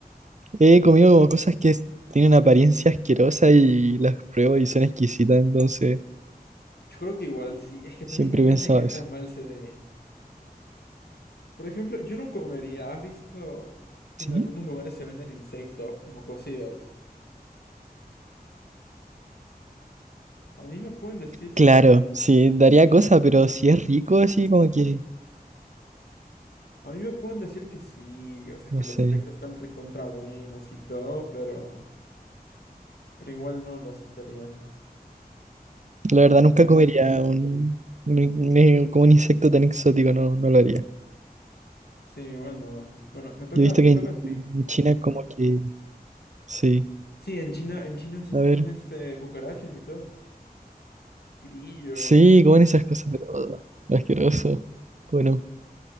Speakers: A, on the right; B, on the left.
A: He comido como cosas que s- tienen apariencia asquerosa y las pruebo y son exquisitas, entonces
B: Yo creo que igual sí. Es que también
A: siempre
B: depende
A: he pensado
B: de qué tan
A: eso.
B: mal se ve. Por ejemplo, yo no comería. ¿Has visto que
A: ¿Sí?
B: en algunos lugares se venden insectos como cocidos? A mí me pueden decir
A: Claro, sí, daría cosa, pero si es rico, así como que,
B: A mí me pueden decir que sí, o sea,
A: no
B: que
A: sé.
B: los insectos están recontra buenos y todo, pero, pero igual no lo aceptaría.
A: La verdad nunca comería un, un in- un in- como un insecto tan exótico, no, no lo haría.
B: Sí, igual no. Bueno, me toca,
A: Yo he visto que
B: te toca
A: en
B: a ti.
A: en China como que, sí,
B: Sí, en China, en China se
A: a ver,
B: comen este cucarachas y todo. Grillo.
A: sí, comen esas cosas, pero oh, asqueroso. Bueno,